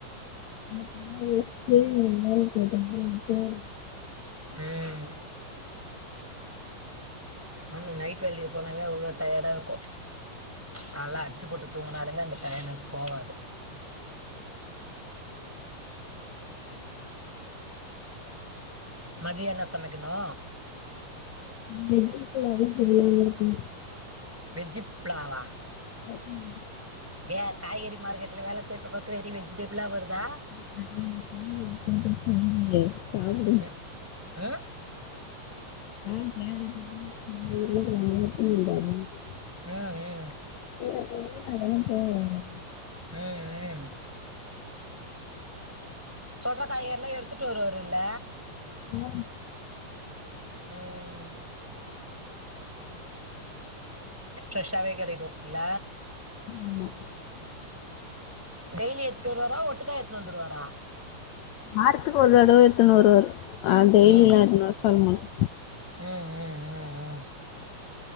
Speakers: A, on the left (about 80°); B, in the centre.
A: <inaudible>
B: ம் ஆமா நைட் வேலைக்கு போனாவே அவ்ளோ டயர்டா இருக்கு நல்லா அடிச்சு போட்டு தூங்குனாலுமே அந்த டயர்ட்னஸ் போகாது மதிய என்ன சமைக்கணு
A: வெஜ்சு புலாவ்வு செய்யலான்னு இருக்கே
B: வெஜ்சுப்லாவா
A: ம்
B: ஏ காய்கறி மார்க்கெட்ல வேல செய்யப்ப பாத்து வெறி வெஜிடபிளா வருதா
A: <inaudible> மாரி இருக்குண்டு சொன்னிங்களே சாப்புடு
B: அ ஆ
A: உருளக்கெழங்க எடுத்துன்னு வந்தாரு
B: ஆ ஆ
A: <inaudible> அதெல்லா போவாங்க
B: ஆ ஆ சொல்ற காயல்லா எடுத்துட்டு வருவரு இல்ல
A: ஆம்
B: ம் பிரஷ்ஷாவே கிடைக்கு இல்ல
A: ஆமா
B: டெய்லி எடுத்துட்டு வருவாரா ஒட்டுக்கா எடுத்துனு வந்துருவாரா
A: வாரத்துக்கு ஒரு தடவ எடுத்துட்டு வருவாரு டெய்லில்லா
B: ம்
A: எடுத்துனு வர சொல்ல மாட்டே
B: ம் ம் ம் அ